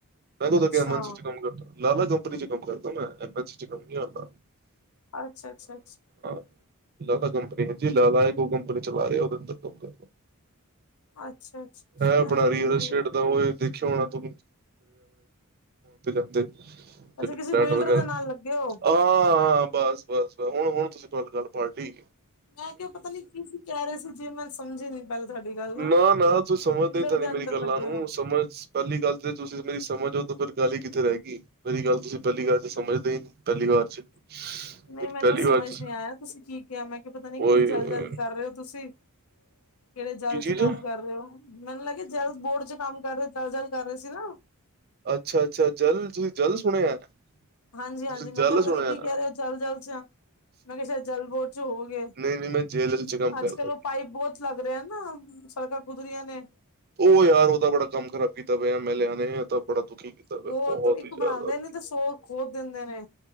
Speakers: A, on the right (about 45°); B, on the left (about 75°).
A: ਮੈਂ ਕੱਦੋ
B: ਅੱਛਾ
A: ਕਿਹਾ ਐਮ ਐਚ ਕੰਮ ਕਰਦਾ ਲਾਲਾ ਕੰਪਨੀ 'ਚ ਕੰਮ ਕਰਦਾ ਮੈਂ ਐਮ ਐਚ ਕੰਮ ਨਹੀਂ ਆਂਦਾ।
B: ਅੱਛਾ ਅੱਛਾ ਅੱਛਾ
A: <unintelligible> ਲਾਲਾ ਕੰਪਨੀ ਹੈ ਜੀ ਲਾਲਾ ਹੈ ਉਹ ਕੰਪਨੀ ਚਲਾ ਰਿਹਾ ਉਹਦੇ ਅੰਦਰ ਕੰਮ ਕਰਦਾ।
B: ਅੱਛਾ ਅੱਛਾ
A: ਇਹ ਬਣਾ
B: ਐਵੇਂ
A: ਰਹੀ ਉਹਦਾ
B: ਹਜੇ
A: ਸ਼ੇੜ ਉਹ ਦੇਖਿਆ ਹੋਣਾ ਤਂ ਤੇ ਜਾਂਦੇ ਜਿਹੜੇ
B: ਅੱਛਾ ਕਿਸਸੀ
A: ਫਲੈਟ
B: ਬਿਲਡਰ
A: ਵਗੈਰਾ
B: ਦੇ ਨਾਲ ਲੱਗੇ ਹੋ
A: ਹਾਂ ਹਾਂ ਬਸ ਬਸ ਬ ਹੁਣ ਹੁਣ ਤੁਸੀਂ ਗੱਲ ਗ ਪਟੀ
B: ਮੈਂ ਕਿਹਾ ਪਤਾ ਨੀ ਕੀ ਸੀ ਕਹਿ ਰਹੇ ਸੀ ਜੇ ਮੈਂ ਸਮਝੀ ਨੀ ਪਹਿਲੇ ਤੁਹਾਡੀ ਗੱਲ
A: ਨਾ ਨਾ ਤੂੰ
B: ਅੱਛਾ
A: ਸਮਝਦੇ
B: ਬਿਲਡਰ
A: ਤਾਂ
B: ਦੇ
A: ਨਹੀਂ ਮੇਰੀ
B: ਅੰਦਰ
A: ਗੱਲਾਂ
B: ਲੱਗੇ
A: ਨੂੰ
B: ਹੋ
A: ਸਮਝ ਪਹਿਲੀ ਗੱਲ ਤੇ ਤੁਸੀਂ ਮੇਰੀ ਸਮਝ ਹੋ ਤਾਂ ਫਿਰ ਗੱਲ ਹੀ ਕਿੱਥੇ ਰਹੇ ਗਈ ਪਹਿਲੀ ਗੱਲ ਤੁਸੀਂ ਪਹਿਲੀ ਵਾਰ ਤੇ ਸਮਝਦੇ ਹੀ ਪਹਿਲੀ ਵਾਰ ਚ
B: <inaudible>
A: ਮੇਰੀ
B: ਨਹੀਂ ਮੈਨੂੰ
A: ਪਹਿਲੀ
B: ਸਮਝ
A: ਵਾਰ ਚ
B: ਨਹੀਂੀ ਆਇਆ ਤੁਸੀਂ ਕੀ ਕਿਹਾ ਮੈਂ ਕਿਹਾ ਪਤਾ ਨ ਕੀ
A: ਓਏ
B: ਜਲ
A: ਹੋਏ।
B: ਜਲਦ ਕਰ ਰਹੇ ਹੋ ਤੁਸੀਂ, ਕਿਹੜੇ ਜਲ
A: ਕੀ ਚੀਜ਼
B: ਚ ਕੰਮ ਕਰ ਰਹੇ ਹੋ ਮੈਨੂੰ ਲੱਗੇਿਆ ਜਲ ਬੋਰਡ ਚ ਕੰਮ ਕਰ ਰਹੇ ਜਲ ਜਲ ਕਰ ਰਹੇ ਸੀ ਨਾ
A: ਅੱਛਾ ਅੱਛਾ ਜਲਦ ਤੁਸੀਂ ਜਲਦ ਸੁਣਿਆ
B: ਹਾਂਜੀ-
A: ਤੁਸੀਂ
B: ਹਾਂਜੀ ਮੈਂ
A: ਜਲ
B: ਕਿਹਾ ਪਤਾ
A: ਸੁਣਿਆ
B: ਨੀ ਕੀ ਕਹਿ ਰਹੇ ਹੋ ਚਲ ਚਲ 'ਚ ਮੈਂ ਕਿਹਾ ਸ਼ਾਇਦ ਜਲ ਬੋਤ 'ਚ ਹੋ ਗਏ
A: ਨਈ-ਨਈ ਮੈਂ ਜੇਲ੍ਹ ਚ ਕੰਮ
B: ਅੱਜ
A: ਕਰਦਾ
B: ਕੱਲ ਉਹ ਪਾਈਪ ਬਹੁਤ ਲੱਗ ਰਿਹਾ ਨਾ ਸੜਕਾਂ ਕੁਦਰੀਆਂ ਨੇ।
A: ਉਹ ਯਾਰ ਉਹ ਤਾਂ ਬੜਾ ਕੰਮ ਖਰਾਬ ਕੀਤਾ ਪਿਆ ਐਮ ਐਲਿਆ ਨੇ ਬੜਾ ਦੁਖੀ ਪਿਆ
B: ਬਹੁਤ ਇੱਕ
A: ਹੀ ਜ਼ਿਆਦਾ
B: ਬਣਾਂਦੇ ਨੇ ਤੇ ਸੌ ਖੋਦ ਦਿੰਦੇ ਨੇ।